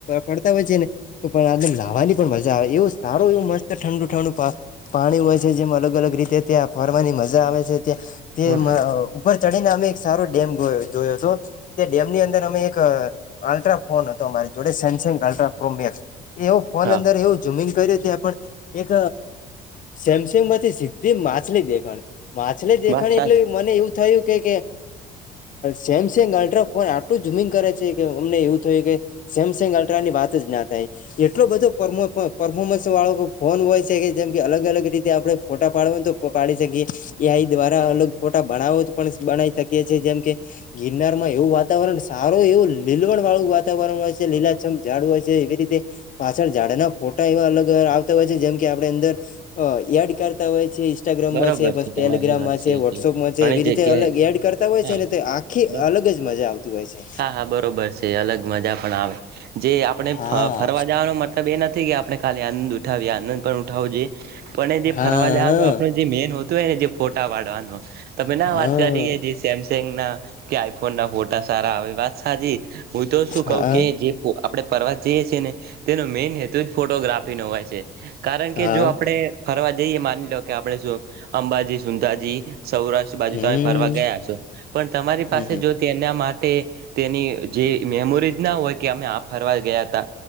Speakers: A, on the left; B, on the right.
A: પડતા હોય છે ને તો પણ નાવાની પણ મજા આવે એવું સારું એવુ. મસ્ત ઠંડુ ઠંડુ બવ પાણી હોય છે જેમ અલગ અલગ રીતે કે ત્યાં ફરવાની મજા આવે છે ત્યા તે
B: હા.
A: ઉપર ચડ અમે એક સારો ડેમ ગો યો જોયો હતો તે ડેમ ની અંદર અમે એક અલ્ટ્રા ફોન હતો અમારી જોડે સેમસંગ અલ્ટ્રા પ્રો મેક્સ એવું ફોન
B: હા
A: અંદર એવું જુમિંગ કર્યું હતું પણ એક સેમસંગ મતે છે. તે માછલી દેખાણી માછલી દેખાણી
B: બસ
A: એટલે
B: આજ
A: મને એવું થયું કે કે સેમસંગ અલ્ટ્રાફોન આટલું જુમિંગ કરે છે કે અમને એવું થયું કે સેમસંગ અલ્ટ્રાની વાત જ ના થાય એટલો બધું પર પરફોમ્સ વાળો ફોન હોય છે. જેમ કે અલગ અલગ રીતે આપડે ફો ટા પાડવા હોય તો પાડી શકીએ એઐઆઇ દ્વારા અલગ ફોટા બનાવા હોય તો પણ બનાવી શકીએ છી જેમ કે ગિરનાર માં એવું વાતાવરણ સારું એવું લીલવણ વાળું વાતાવરણ હોય છે લીલાછમ જાડું હોય છે એવી રીતે પાછળ ઝાડાના ફોટા એવા અલગજઅ આવતા હોય છે જેમ કે આપણે અંદર અ એડ કરતા હોય છે ઇન્સ્ટાગ્રામ
B: બરોબર
A: માં છે
B: તમારી
A: ટેલિગ્રામમાં
B: વાત
A: છે વોટ્સઅપમાં
B: કે
A: છે
B: ઘણી
A: એવી
B: જગ્યાએ
A: રીતે અલગ એડ કરતા હોય
B: હા
A: છે ને આખી
B: બસ
A: અલગ જ મજા આવતી હોય છે.
B: હા હા બરોબર છે અલગ મજા પણ આવે જે આપણે
A: હા.
B: ફરવા જવાનો મતલબ એ નથી કે આપણે ખાલી આનંદ ઉઠાવીએ આનંદ પણ ઉઠાવો જોઈએ. પણ એ જે
A: હા
B: ફરવા જવાનું આપણું જે મેન હોતું હોય ને જે ફોટા પાડવાનું. તમે ના
A: હા
B: વાત કરી કે સેમસંગ ના કે આઈફોન ના ફોટા સારા આવે વાત સાચી હું તો શું
A: હા
B: કઊ કે જે આપણે પ્રવાસ જઈએ છીએ ને તેનો મેન હેતુ જ ફોટોગ્રાફીનો હોય છે. કારણ કે
A: હા
B: જો આપણે ફરવા જઈએ માની લો કે આપણેે અંબાજી સુંંધાજી સૌરાષ્ટ્ર બાજુ
A: હમ
B: તમે ફરવા ગયા છો પણ તમારી
A: હમ
B: પાસે જો તેના તે તેની જે મેમોરીજ ના હોય કે અમે આપે ફરવા ગયા હતા